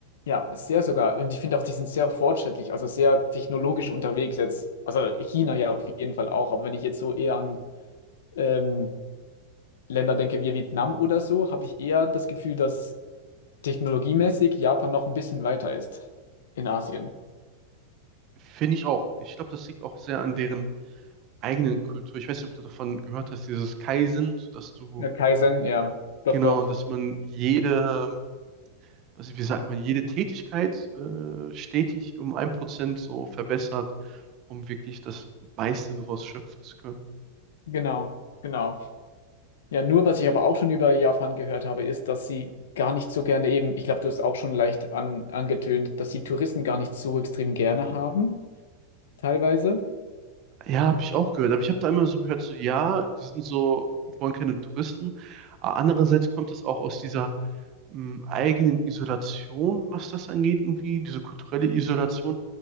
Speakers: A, on the left; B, on the right.
A: Ja, sehr sogar. Und ich finde auch, die sind sehr fortschrittlich, also sehr technologisch unterwegs jetzt. Also China ja auf jeden Fall auch, aber wenn ich jetzt so eher an ähm, Länder denke, wie Vietnam oder so, habe ich eher das Gefühl, dass technologiemäßig Japan noch ein bisschen weiter ist in Asien.
B: Finde ich auch. Ich glaube, das liegt auch sehr an deren eigenen Kultur. Ich weiß nicht, ob du davon gehört hast, dieses Kaizen, dass du,
A: Ja, Kaizen, ja, doch,
B: genau,
A: doch,
B: dass man jede, also wie sagt man, jede Tätigkeit äh, stetig um ein Prozent so verbessert, um wirklich das meiste daraus schöpfen zu können.
A: genau, genau. Ja, nur was ich aber auch schon über Japan gehört habe, ist, dass sie gar nicht so gerne eben, ich glaube, du hast auch schon leicht an, angetönt, dass sie Touristen gar nicht so extrem gerne haben, teilweise.
B: Ja, habe ich auch gehört. Aber ich habe da immer so gehört, so ja, die sind so, die wollen keine Touristen. Aber andererseits kommt es auch aus dieser m, eigenen Isolation, was das angeht, irgendwie, diese kulturelle Isolation.